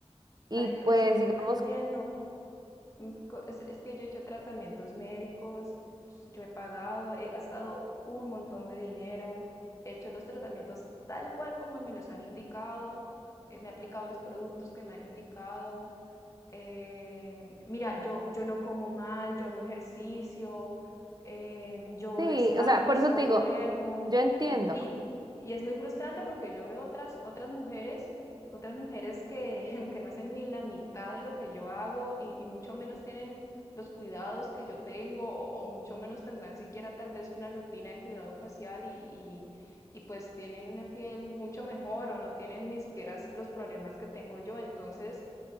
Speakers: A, on the right (about 40°); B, on the left (about 30°).
A: y
B: Karen, pero
A: pues
B: es que
A: digamos,
B: yo no entiendo. Mm, co- Es, es que yo he hecho tratamientos médicos, yo he pagado, he gastado un montón de dinero, he hecho los tratamientos tal cual como me los han indicado, eh, me he aplicado los productos que me han indicado. eh, mira, yo, yo no como mal, yo hago ejercicio, eh, yo
A: sí,
B: descanso,
A: o sea, por eso te digo,
B: duermo.
A: yo entiendo.
B: Y, y es muy frustrante porque yo veo otras, otras mujeres, otras mujeres que, <laughs> que no hacen ni la mitad de lo que yo hago y, y mucho menos tienen los cuidados que yo tengo o, o mucho menos tendrán siquiera tal vez una rutina de cuidado facial y, y, y pues tienen una piel mucho mejor o no tienen ni siquiera los problemas que tengo yo. Entonces,